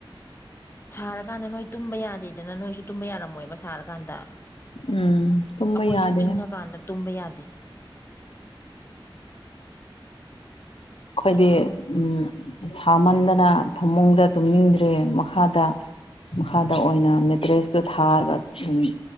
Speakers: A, on the left; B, on the left.
A: ꯁꯥꯔꯀꯥꯟꯗ ꯅꯣꯏ ꯇꯨꯝꯕ ꯌꯥꯗꯦꯗꯅ ꯅꯣꯏꯁꯨ ꯇꯨꯝꯕ ꯌꯥꯔꯝꯃꯣꯏꯕ ꯁꯥꯔꯀꯥꯟꯗ
B: ꯎꯝ ꯇꯨꯝꯕ
A: ꯑꯈꯣꯏꯁꯨ
B: ꯌꯥꯗꯦ
A: ꯏꯪꯉꯀꯥꯟꯗ ꯇꯨꯝꯕ ꯌꯥꯗꯦ
B: ꯑꯈꯣꯏꯗꯤ
A: ꯈꯣꯡ
B: ꯎꯝ ꯁꯥꯃꯟꯗꯅ ꯐꯃꯨꯡꯗ ꯇꯨꯝꯅꯤꯡꯗ꯭ꯔꯦ ꯃꯈꯥꯗ ꯃꯈꯥꯗ ꯑꯣꯏꯅ ꯃꯦꯇ꯭ꯔꯦꯁꯇꯨ ꯊꯥꯔꯒ ꯑꯗꯨꯝ